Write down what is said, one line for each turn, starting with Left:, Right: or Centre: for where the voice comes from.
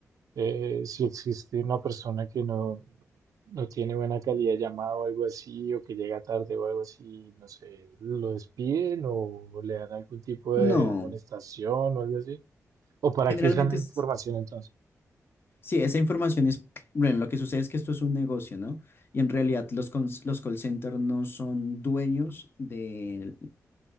Right: eh, si existe una persona que no, no tiene buena calidad de llamada o algo así, o que llega tarde o algo así, no sé, lo despiden o le dan algún tipo
Left: no,
Right: de amonestación o algo así. ¿O para
Left: generalmente
Right: qué usan la
Left: es,
Right: información entonces?
Left: sí, esa información es, bueno, lo que sucede es que esto es un negocio, ¿no? Y en realidad los, cons- los call centers no son dueños de,